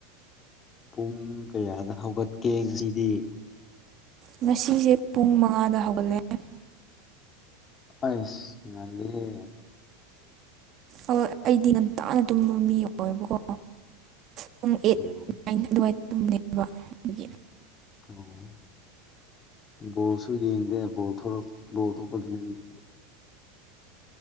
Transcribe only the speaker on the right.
ꯉꯁꯤꯁꯦ ꯄꯨꯡ ꯃꯉꯥꯗ ꯍꯧꯒꯠꯂꯛꯑꯦ
ꯑ ꯑꯩꯗꯤ ꯉꯟꯇꯥꯥꯅ ꯇꯨꯝꯕ ꯃꯤ ꯑꯣꯏꯌꯦꯕꯀꯣ ꯄꯨꯡ ꯑꯩꯠ
ꯅꯥꯏꯟ ꯑꯗꯨꯋꯥꯏ ꯇꯨꯝꯅꯦꯕ ꯑꯗꯨꯒꯤ